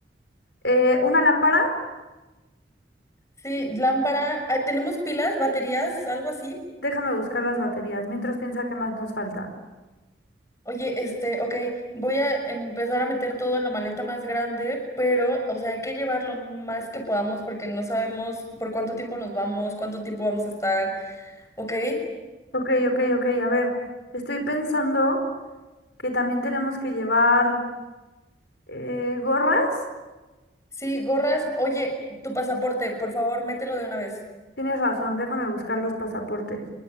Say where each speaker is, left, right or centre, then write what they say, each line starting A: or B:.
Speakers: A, on the left; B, on the left.
A: Eh, una lámpara,
B: Sí, lámpara. ah, ¿Tenemos pilas, baterías, algo así?
A: déjame buscar las baterías, mientras piensa qué más nos falta.
B: Oye, este, ok, voy a empezar a meter todo en la maleta más grande, pero, o sea, hay que llevar lo más que podamos porque no sabemos por cuánto tiempo nos vamos, cuánto tiempo vamos a estar, ¿ok?
A: Ok, ok, ok. A ver, estoy pensando que también tenemos que llevar eh, gorras.
B: Sí, gorras. Oye, tu pasaporte, por favor, mételo de una vez.
A: Tienes razón, déjame buscar los pasaportes.